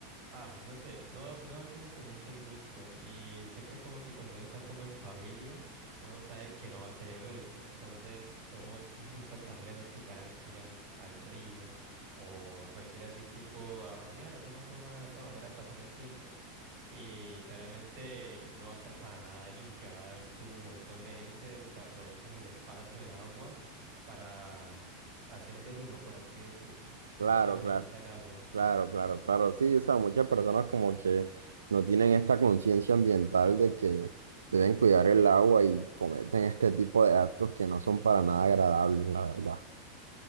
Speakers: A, on the right; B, on the right.
A: ah, no sé, no, no da como que mucho el gusto y siempre como que cuando uno está como en familia, uno sabe que no va a ser el único, entonces somos muchas familias las que claramente iríamos al río o a cualquier así tipo a bañar, alguna forma de esta manera pasar el tiempo. Y claramente no va a estar para nada limpia, va a haber su montón de gente que aprovechan el espacio, el agua, para hacer del uno, por así decir, dejando
B: Claro,
A: amarillita
B: claro,
A: el agua.
B: claro, claro, claro, sí, o sea, muchas personas como que no tienen esta conciencia ambiental de que deben cuidar el agua y cometen este tipo de actos que no
A: Ujú.
B: son para nada agradables, la verdad.